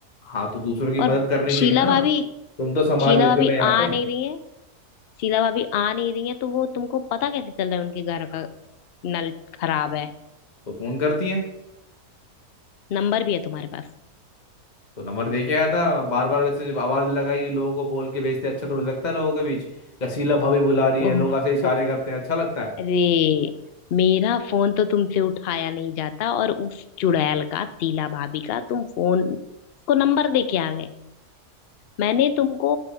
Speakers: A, on the left (about 30°); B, on the left (about 70°).
A: हाँ तो दूसरों की मदद
B: और
A: करनी
B: शीला
A: चाहिए ना
B: भाभी
A: तुम तो संभाल
B: शीला
A: लेते
B: भाभी
A: हो ना यहाँ
B: आ
A: पे
B: नहीं रही है शीला भाभी आ नहीं रही है तो वो तुमको पता कैसे चल रहा है उनके घर का नल खराब है
A: तो फोन करती है
B: नंबर भी है तुम्हारे पास
A: तो नंबर दे के आया था बार बार वैसे जब आवाज लगाई लोगों को बोल के भेजते अच्छा थोड़ी लगता है लोगों के बीच या शीला भाभी बुला रही है
B: ओह
A: लोग ऐसे इशारे
B: हो,
A: करते हैं अच्छा लगता है
B: अरे मेरा फोन तो तुमसे उठाया नहीं जाता और उस चुड़ैल का शीला भाभी का तुम फोन को नंबर दे के आ गए मैंने तुमको